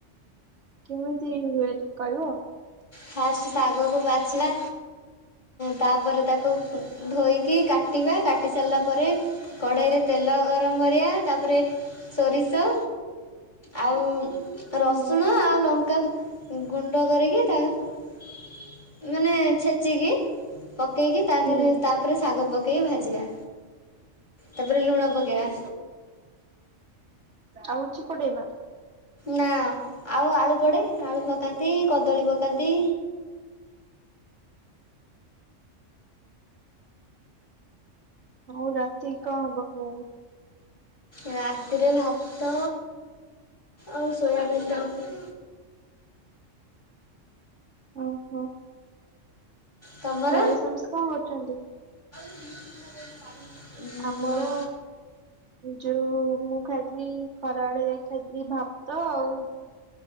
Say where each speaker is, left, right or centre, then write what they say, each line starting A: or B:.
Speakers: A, on the right (about 65°); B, on the left (about 35°).
A: କେମିତି ଟିକ କଇବ
B: ଫାଷ୍ଟ ଶାଗକୁ ବାଛିଲା ତାପରେ ତାକୁ ଧୋଇକି କାଟିବା କାଟି ସାରିଲା ପରେ କଢ଼େଇରେ ତେଲ ଗରମ କରିବା ତାପରେ ସୋରିଷ ଆଉ ରସୁଣ
A: ହୁଁ।
B: ଆଉ ଲଙ୍କା ଗୁଣ୍ଡ କରିକି ତା <unintelligible> ମାନେ ଛେଚିକି ପକେଇକି ତା
A: ହୁଁ
B: ଦେହରେ ତାପରେ ଶାଗ ପକେଇ ପକେଇ ଭାଯିବା ତାପରେ ଲୁଣ ପକେଇବା
A: ଆଉ କିଛି ପଡେନା?
B: ନା। ଆଉ ଆଳୁ ପଡେ ଆଳୁ ପକାନ୍ତି କଦଳୀ ପକା କାନ୍ତି।
A: ଆଉ ରାତିକି କଣ ଖବ ଖାଇବାକୁ।
B: ରାତିରେ ଭାତ ଆଉ ସୋୟାବିନ ତରକାରୀ
A: ଓ ହୋ।
B: ତମର
A: ଘରେ ସମସ୍ତେ କଣ କରୁଚନ୍ତି।
B: <unintelligible>
A: ଆମର
B: ମୋ-
A: ଯୋଉ। ମୁଁ ଖାଇଥିଲି ଖରାବେଳେ ଖାଇଥିଲି ଭାତ ଆଉ।